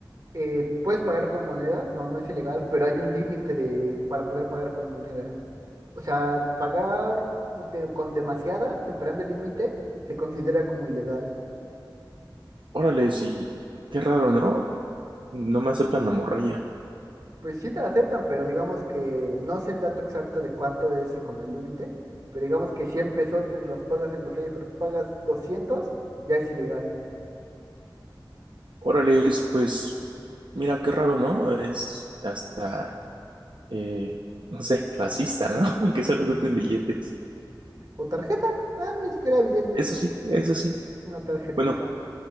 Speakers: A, on the right (about 50°); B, on the right (about 75°).
A: eh, puedes pagar con monedas. No, no es ilegal, pero hay un límite de para poder pagar con monedas. O sea, pagar de- con demasiadas, superando el límite, se considera como ilegal.
B: órale, sí, qué raro, ¿no? No me aceptan la morralla.
A: Pues sí te la aceptan, pero digamos que no sé el dato exacto de cuánto es eh, como el límite, pero digamos que 100 pesotes las pagas en Monterrey, pero pagas 200, ya es ilegal.
B: Órale, pues, mira, qué raro, ¿no? Es hasta, eh, no sé, clasista, ¿no? <laughs> Que solo
A: <laughs>
B: acepten billetes.
A: O tarjeta, ah, ni siquiera billetes,
B: Eso sí, eso sí.
A: una tarjetica.
B: Bueno,